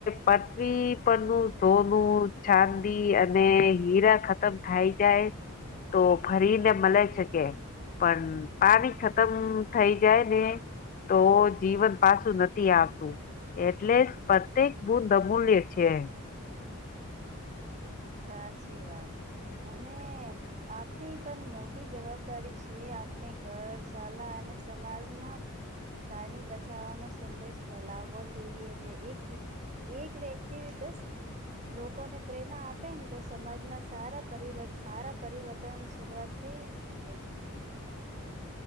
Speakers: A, on the left; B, on the right.
A: પથ્વી પરનું સોનું છાન અને હીરા ખતમ થાય જાય તો ફરીને મળે શકે. પણ પાણી ખતમ થઈ જાય ને તો જીવન પાછું નથી આવતું. એટલે પ્રત્યેક બૂદ અમૂલ્ય છે.
B: સાચી વાત અને આપણી પણ મોટી જવાબદારી છે. આપણે ઘર, શાલા અને સમાજમાં પાણી બચાવવાનો સંદેશ ફેલાવવો જોઈએ. જે એક વિ એક વ્યક્તિ દસ લોકોને પ્રેરણા આપ આપે ને તો સમાજમાં સારા પરિવર્ત સારા પરિવર્તન શરૂઆત થઈ શકે છે.